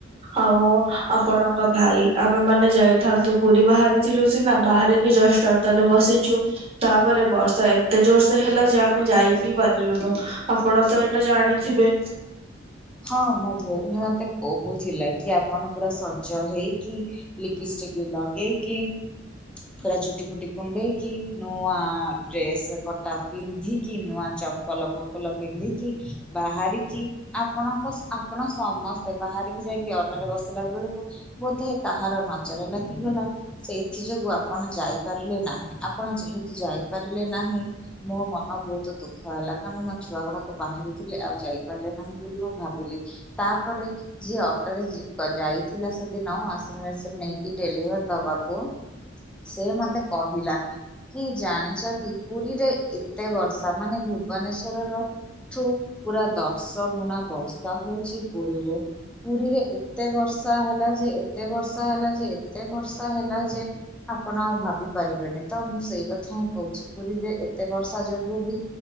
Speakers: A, on the right; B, in the centre.
A: ଆଉ ଆପଣଙ୍କ ଭାଇ ଆମେମାନେ ଯାଇଥାନ୍ତୁ ପୁରୀ ବାହାରିଥିଲୁ ସିନା ବାହାରେ ଯଷ୍ଟ ଅଟରେ ବସିଛୁ ତାପରେ ବର୍ଷା ଏତେ ଜୋରସେ ହେଲା ଯେ ଆମ ଆମେ ଯାଇ ପି ପାରିଲୁନୁ ଆପଣ ତ ଏଇଟା ଜାଣିଥିବେ?
B: ହଁ ମୋ ଭଉଣୀ ମତେ କହୁଥିଲା କି ଆପଣ ପୁରା ସଜ ହେଇକି ଲିପିଷ୍ଟିକି ଲଗେଇକି ପୁରା ଚୁଟି ଫୁଟି କୁଣ୍ଡେଇକି ନୂଆ ଡ୍ରେସ ପଟା ପିନ୍ଧିକି ନୂଆ ଚପଲ ଫପଲ ପିନ୍ଧିକି ବାହାରିକି ଆପଣଙ୍କ ଆପଣ ସମସ୍ତେ ବାହାରିକି ଯାଇକି ଅଟରେ ବସିଲା ବେଳକୁ ବୋଧେ କାହାର ନଜର ଲାଗିଗଲା ସେଏଥି ଯୋଗୁ ଆପଣ ଯାଇପାରିଲେ ନାହିଁ। ଆପଣ ଯେହେତୁ ଯାଇପାରିଲେ ନାହିଁ ମୋ ମନ ବହୁତ ଦୁଃଖ ହେଲା କାରଣ ନା ଛୁଆ ଗୁଡାକ ବାହାରିଥିଲେ ଆଉ ଯାଇ ପାରିଲେ ନାହିଁ। ବୋଲି ମୁଁ ଭାବିଲି ତାପରେ ଯିଏ ଅଟରେ ଯା ବ ଯାଇଥିଲା ସେଦିନ ୱାସିଙ୍ଗ ମେସିନ ନେଇକି ଡେଲିଭର ଦବାକୁ ସେ ମତେ କହିଲା କି ଜାଣିଛନ୍ତି ପୁରୀରେ ଏତେ ବର୍ଷା ମାନେ ଭୁବନେଶ୍ଵରର ଠୁ ପୁରା ଦଶ ଗୁଣା ବର୍ଷା ହଉଛି ପୁରୀରେ, ପୁରୀରେ ଏ ତେ ବର୍ଷା ହେଲା ଯେ ଏତେ ବର୍ଷା ହେଲା ଯେ ଏତେ ବର୍ଷା ହେଲା ଯେ ଆପଣ ଆଉ ଭାବି ପାରିବେନି ତ ମୁଁ ସେଇ କଥା ହିଁ କହୁଛି ପୁରୀରେ ଏ ତେ ବର୍ଷା ଯୋଗୁ ବି